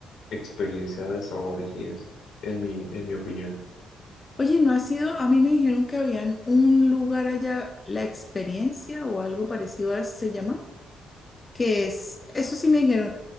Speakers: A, on the left (about 70°); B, on the left (about 25°).
A: experiencia de sabores y eso, en mi, en mi opinión.
B: Oye, ¿no ha sido? A mí me dijeron que habían un lugar allá, La Experiencia o algo parecido a se llama, que es, eso sí me dijeron,